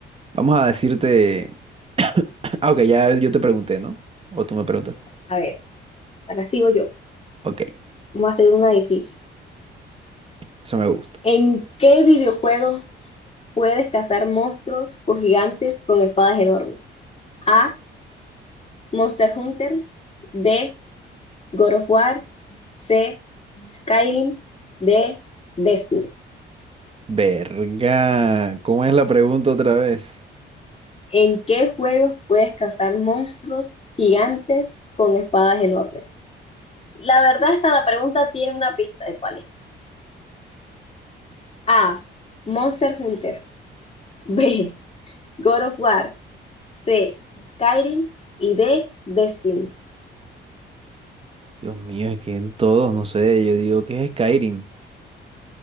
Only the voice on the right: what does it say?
Vamos a decirte... <coughs> <clears throat> Ah, ok, ya yo te pregunté, ¿no? O tú me preguntaste.
Ok,
eso me gusta.
Verga, ¿cómo es la pregunta otra vez?
Dios mío, es que en todos, no sé, yo digo, ¿qué es Skyrim?